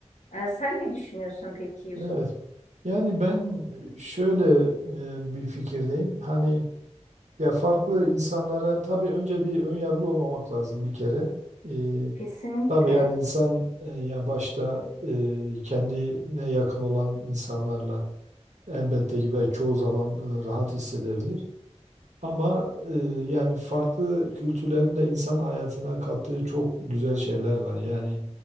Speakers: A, on the left (about 85°); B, on the right (about 80°).
A: E, sen ne düşünüyorsun peki Yusuf?
B: Evet. Yani ben şöyle e, bir fikirdeyim. Hani Ya farklı insanlara tabii önce bir ön yargılı olmamak lazım bir kere. Ee,
A: Kesinlikle.
B: tabii yani insan e, yani başta e, kendine yakın olan insanlarla elbette ki belki çoğu zaman e, rahat hissedebilir. Ama e, yani farklı kültürlerin de insan hayatına kattığı çok güzel şeyler var. Yani